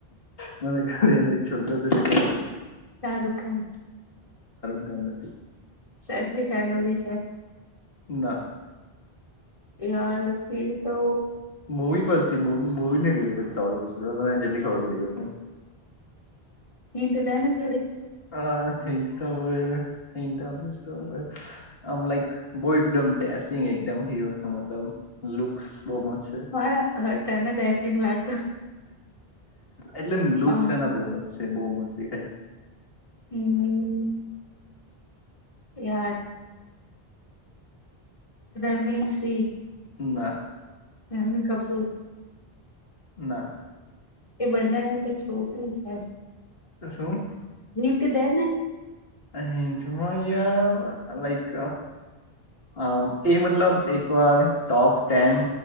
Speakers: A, on the left; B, on the left.
A: મ ગાડી અને એક છોકરા છે ગલો
B: શાહરૂખ ખાન.
A: એમણે થી જ.
B: સેફલિકા ન ભી છે.
A: ના.
B: યાર ફર તો
A: મવી પરથીવી મવીને રિલેટેડ સવાલ તને જલ્દી ખબર પડી જશે.
B: એ તો દના થોડી
A: અ આમ લાઈક બ એકમ ડસિંગ એકમ. છે મતલબ લુક્સ બહ મસ્ત. છે.
B: મા તને દ લાગ
A: એટલેમ લુક
B: હમ
A: છે એના બહ મસ્ત છે બહ મસ્ત દેખાય.
B: હમ. યાર. રણવીણ સિંહ.
A: ના.
B: હમ કપૂર.
A: ના.
B: એ બંનેને તો છોકરી છે આજ.
A: તોસું.
B: હનીમ તો દે.
A: અમાં યાર લાઈક અ એ મતલબ એક વાર ટોપ ટેન